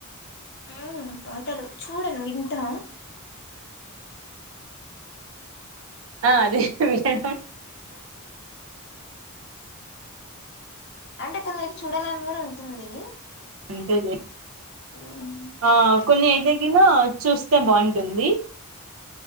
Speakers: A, on the left (about 50°); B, on the right (about 65°).
A: ఆ పాటలు చూడను వింటా
B: ఆ అదే నే
A: అంటే కొందరికి చూడాలని కూడా ఉంటుంది
B: అంతేే
A: మ్మ్
B: ఆ కొన్ని అయితేగిన చూస్తే బాగుంటుంది